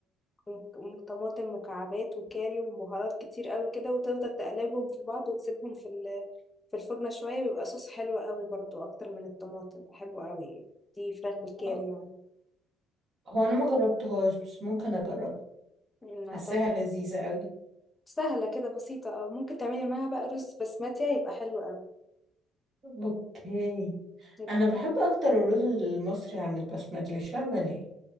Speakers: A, on the left; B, on the right.
A: و- وطماطم مكعبات وكاري وبهارات كتير قوي كده وتفضل تقلبهم في بعض وتسيبهم في ال... في الفرن شوية بيبقى صوص حلو قوي برضو أكتر من الطماطم بحبه قوي دي فراخ بالكاري
B: آه،
A: يعني
B: هو أنا ما جربتهاش بس ممكن أجربها
A: نعتقد
B: حاساها لذيذة قوي
A: سهلة كده بسيطة اه ممكن تعملي معاها بقى رز بسمتي هيبقى حلو أوي
B: اوكي
A: هيبقى
B: أنا
A: تحفة
B: بحب أكتر الرز المصري عن البسمتي مش فاهمة ليه